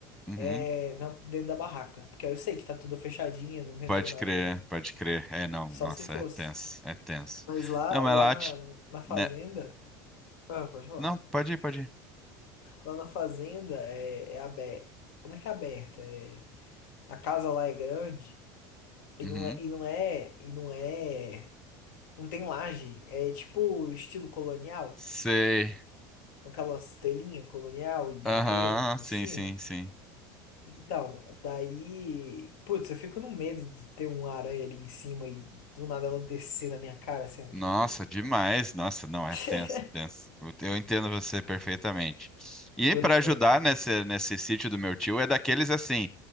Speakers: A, in the centre; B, on the left.
A: Uhum.
B: é, na- dentro da barraca. Porque aí eu sei que tá tudo fechadinho, nunca
A: Pode
B: entrou nada,
A: crer,
B: né?
A: pode crer. É, não,
B: Só
A: nossa,
B: se fosse.
A: é tenso, é tenso.
B: Mas lá,
A: Não, mas
B: lá
A: lá,
B: na,
A: t-
B: na fazenda.
A: né?
B: Ah, pode falar.
A: Não, pode ir, pode ir.
B: Lá na fazenda é, é aberta. Não é que é aberta, é. A casa lá é grande e
A: Uhum.
B: não é, e não é, e não é, não tem laje, é tipo estilo colonial,
A: Sei.
B: com aquelas telinhas colonial e madeira
A: Aham,
B: em
A: sim,
B: cima.
A: sim, sim.
B: Então, daí, putz, eu fico no medo de ter uma aranha ali em cima e do nada ela descer na minha cara assim.
A: Nossa, demais.
B: ó.
A: Nossa, não, é
B: <laughs>
A: tenso, é tenso. Eu eu entendo você perfeitamente. E
B: Pois
A: para ajudar
B: é, cara.
A: nesse, nesse sítio do meu tio, é daqueles assim,